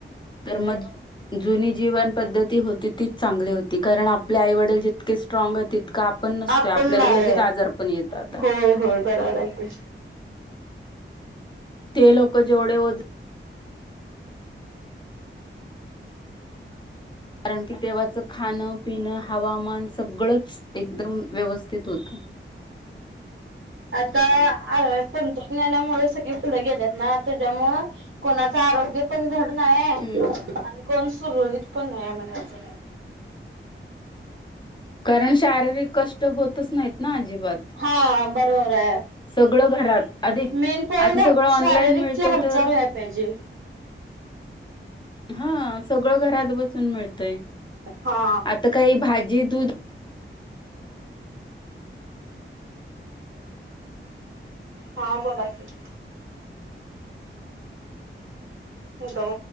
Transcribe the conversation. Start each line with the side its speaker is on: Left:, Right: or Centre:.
Left: तर म जुनी जीवन पद्धती होती तीच चांगली होती, कारण आपले आईवडील जितके स्ट्राग आहेत तितक आप पण नसतोय
Right: आपण
Left: आपल्याला
Right: नाही
Left: लगेच आजार पण येत आता.
Right: होय होय बरोबर हाय की.
Left: ते लोक जेवढे ओज कारण की तेंव्हाच खाणं, पिणं, हवामान सगळंच एकदम व्यवस्थित होतं.
Right: आता तंत्रज्ञानामुळे सगळी फुड गेलेत ना त्याच्यामुळ कोणाचं आरोग्य पण धड नाही हाय,
Left: हम्म.
Right: आणि कोण सुरळीत पण नाही हाय म्हणायचं.
Left: कारण शारीरिक कष्ट होतच नाहीत ना अजिबात.
Right: हा बरोबर हाय.
Left: सगळं घरात. आधी
Right: मेन पॉईंट
Left: आधी सगळं ऑनलाईन
Right: शारीरिक
Left: मिळतय
Right: ची हालचाल
Left: तर
Right: व्हायला पाहिजे.
Left: हा सगळं घरात बसून मिळतय,
Right: हा
Left: आता काही भाजी, दूध
Right: हा बोला की. हॅलो.